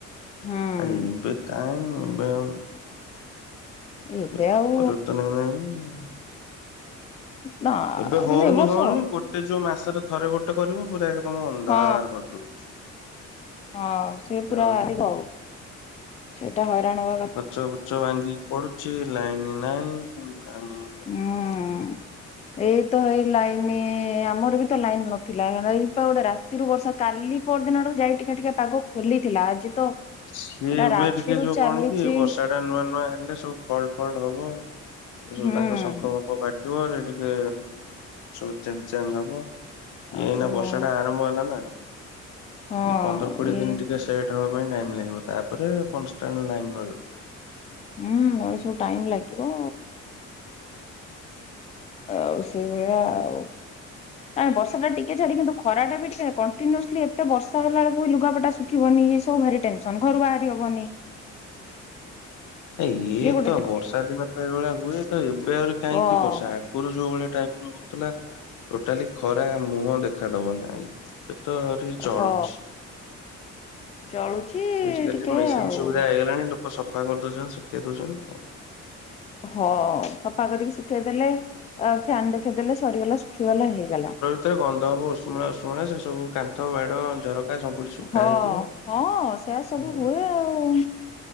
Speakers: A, on the left (about 25°); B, on the left (about 80°).
A: ହୁଁ
B: ଆଉ ଏବେ କାଇଁ ଏବେ ଆଉ ନା। <unintelligible>
A: ଏବେ ଆଉ
B: ବହୁତ ପରିବର୍ତନ ହେଲାଣି।
A: ନା
B: ଏବେ ହଉନି
A: କିନ୍ତୁ ଏ ବର୍ଷ
B: ହଉନି ଗୋଟ୍ ଟେ ଯୋଉ ମାସରେ ଥରେ ଗୋଟେ କରିବ, ପୁରା ଏକଦମ୍ ଅନ୍ଧାର
A: ହଁ
B: କରିଦଉଛି।
A: ହଁ, ସିଏ
B: ହଇରାଣ
A: ପୁରା ଅଧିକ ହବ। ସେଇଟା ହଇରାଣ ବା
B: ଗଛ ଫଛ ଭାଙ୍ଗିକି ପଡ଼ୁଚି ଲାଇନ୍ ନାହିଁ ପାଣି
A: ମୁଁ ଏଇତ ଏଇ ଲାଇନ୍ ଆମରବିତ ଲାଇନ୍ ନଥିଲା ହେରାବିତ ଗୋଟେ ରା ତିରୁ ବର୍ଷା କାଲି ପର ଦିନ ଆଡ଼ୁ ଯାଇ ଟିକେ ଟିକେ ପାଗ ଖୋଲିଥିଲା ଆଜି ତ
B: ସିଏ
A: ପୁରା
B: ଏବେଟିକେ
A: ରାତିରୁ
B: ଯୋଉ
A: ଚାଲିଛି
B: କଣକି ବର୍ଷା ହେରା ନୂଆ ନୂଆ ହେଲେ ସବୁ ଫଲ୍ଟ ଫଲ୍ଟ ହବ ସବୁ
A: ହୁଁ
B: ତାଙ୍କ ଶଙ୍କ ଫଙ୍କ ଫାଟି ଟିବ ସେଟିକେ ସବୁ ଚେଞ୍ଜ ଚାଞ୍ଜ ହବ ଇଏ
A: ଆଉ
B: ଏଇନା ବର୍ଷାଟା ଆରମ୍ଭ ହେଲାନା
A: ହଁ
B: ଇଏ ପନ୍ଦର, କୋଡ଼ିଏ
A: ଇଏ
B: ଦିନି ଟିକେ ଦବାପାଇଁ ଟାଇମ୍ ଲାଗିବ ତାପରେ କନଷ୍ଟାଣ୍ଟ ଲାଇନ୍ ରହିବ।
A: ହୁଁ ଏରା ସବୁ ଟାଇମ୍ ଲାଗିବ। ଆଉ ସେଇଭଳିଆ ଆଉ ନା ବର୍ଷାଟା ଟିକେ ଛାଡ଼ି କିନ୍ତୁ ଖରାଟାବି ଟିକେ କଣ୍ଟିନ୍ୟୁସଲି ଏତେ ବର୍ଷା ହେଲା ବେଳକୁ ଲୁଗାପଟା ଶୁଖିବନି ଇଏସବୁ ଭାରି ଟେନ୍ ଘରୁ ବାହାରି ହବନି।
B: ଇଏତ
A: ସିଏ ଗୋଟେ ଟେ-
B: ବର୍ଷା ଦିନେତ ଏଇଭଳିଆ ହୁଏ ତଏବେ ଆହୁରି କାହିଁକି
A: ହଁ
B: ବର୍ଷା ଆଗରୁ ଯୋଉ ଭଳିଆ ଟାଇମ୍ ରହୁଥିଲା ଟୋଟାଲି ଖରା ମୁହଁ ଦେଖାଦବ ନାଇଁ। ଏଠିତ ଆହୁରି ଚଳୁଛି।
A: ହଁ ଜଳୁଛି
B: ଆଜିକାଲି
A: ଟିକେ
B: ମେସିନ୍
A: ଆଉ।
B: ସୁବିଧା ହେଇଗଲାଣି ଲୋକ ସଫାକରି ଦଉଚନ୍ତି ଶୁଖେଇ ଦଉଛନ୍ତି ଆଉ।
A: ହଁ ସଫା କରିକି ଶୁଖେଇଦେଲେ ଆ ଫ୍ୟାନ ଦେଖେଇଦେଲେ, ସରିଗଲା, ଶୁଖିଗଲା ହେଇଗଲା।
B: ସେଥିରେ ଗନ୍ଧ ହବ ଉସୁମୁଳିଆ, ଉସୁମୁଳିଆ ସେ ସବୁ କାନ୍ଥ, ବାଡ଼, ଝରକା ସବୁଠି ଶୁଖା
A: ହଁ,
B: ହେଇଥିବ।
A: ହଁ ସେଇଆ ସବୁ
B: ହଁ,
A: ହୁଏ ଆଉ।